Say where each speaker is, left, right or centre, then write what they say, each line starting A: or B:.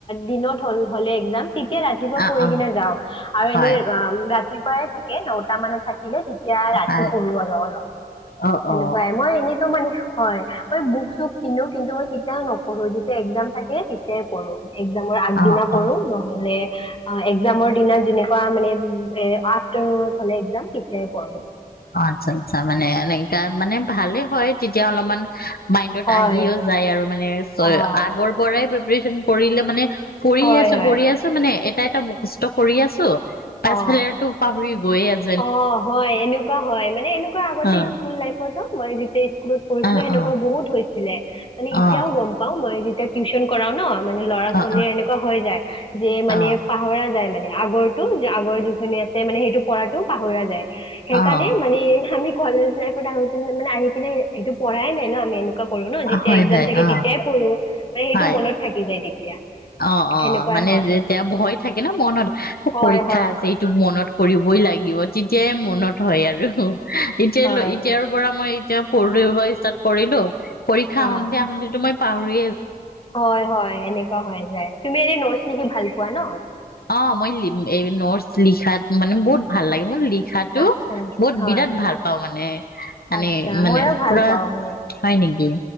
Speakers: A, on the left; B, on the left.
A: দিনত হল- হলে এক্জাম। তেতিয়া ৰাতিপুৱা
B: অ
A: পঢ়ি
B: অ
A: কিনে যাওঁ আৰু
B: হয়
A: এনে ৰা, ৰাতিপুৱাই থাকে নটা মানত থাকে। থাকিলে তেতিয়া ৰাতি
B: হয়
A: পঢ়ো আৰু অলপ
B: অ
A: সেনেকুৱাই
B: অ
A: মই এনেতো মানে হয়, মই বুক-চুক কিনো কিন্তু মই, কেতিয়াও নপঢ়ো যেতিয়া একজাম থাকে, তে পঢ়োঁ একজামৰ আগদিনা
B: অ
A: পঢ়ো,
B: অ
A: নহলে একজামৰ দিনত যেনেকুৱা মানে এ', আফটাৰনুনত হলে একজাম তেতিয়াই পঢ়ো।
B: অ ', আচ্ছা -আচ্ছা মানে এনেকা মানে ভালে হয়, তেতিয়া অলপমান, মাইণ্ডত
A: হয়
B: আহিও যায় আৰু মানে চ,
A: অ'
B: আগৰ পৰাই, ৰিভিছন কৰিলে মানে পঢ়ি
A: হয়
B: আছো,
A: হয়
B: পঢ়ি আছো মানে, তাই এটা মুখস্থ কৰি আছো।
A: অ',
B: পাছফালে তো পাহৰি গৈয়ে আছে
A: অ হয় এনেকুৱা মানে এনেকুৱা আগতে
B: অ',
A: স্কুল লাইফতো মই যেতিয়া স্কুলত প়িছিলো
B: অ',
A: সেনেকুৱা
B: অ',
A: বহুতছিল ে <inaudible> মানে এতিয়াও
B: অ',
A: গম পাও মই এয়া টিউশন কৰাও ন মানে ল'ৰা
B: অ',
A: ছোৱালীৰ এনেকুৱা হৈ যায় যে মানে
B: অ',
A: পাহৰা যায় মানে আগৰটো আগৰ যিখিনি আছে মানে সেইটো পৰাটো পাহৰি যায় সেইকাৰণে
B: অ', অ',
A: মানে আমি কলেজ লাইফত আহো কিনে মানে আহি কিনে এইটোপঢ়াই নাই ন আমি এনেক কৰো ন যেতিয়া
B: হয়
A: একজাম
B: হয়
A: থাকে
B: অ',
A: তেতিয়াই পঢো মান সেইটো
B: হয়।
A: মনত থাকি যায় তেতিয়া
B: অ
A: সেনেকুৱাই
B: অ মানে
A: হয়
B: যেতিয়া ভয় থাকে ন মনত
A: হয়
B: পৰীক্ষা
A: হয়
B: আছে সটো মনত কৰিবই লাগিব তেতিয়াই মনত হয় আৰু এতিয়া
A: হয় হয়
B: লৈ এতিয়াৰ পৰা মই এতিয়া পৰ ষ্টাৰ্ট কৰিলো পৰীক্ষা
A: হয়
B: সন্ধিয়া সুধো মই পাহৰি
A: হয় হয় এনে যায় তুমি এনে নটছ লিখি ভাল পোৱা ন
B: অ মই এই নোটছ লিখাত মানে বহুত ভাল লাগে মোৰ লিখ লিখাটো
A: আচ্ছা
B: বহুত
A: হয়
B: বিৰাট ভাল পাওঁ মানে মানে
A: আচ্ছা
B: মানে
A: ময়ো ভাল
B: পুৰা
A: পাওঁ বহুত
B: হয় নেকি